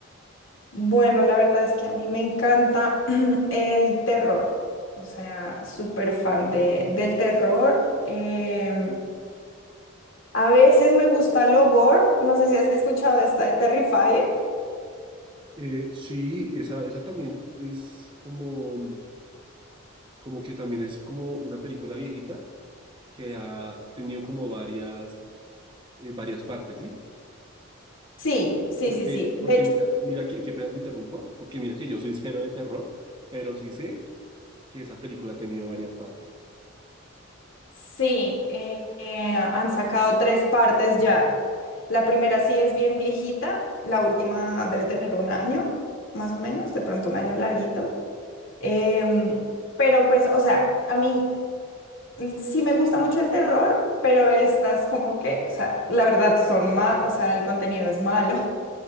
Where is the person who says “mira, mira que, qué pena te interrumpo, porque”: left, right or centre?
Right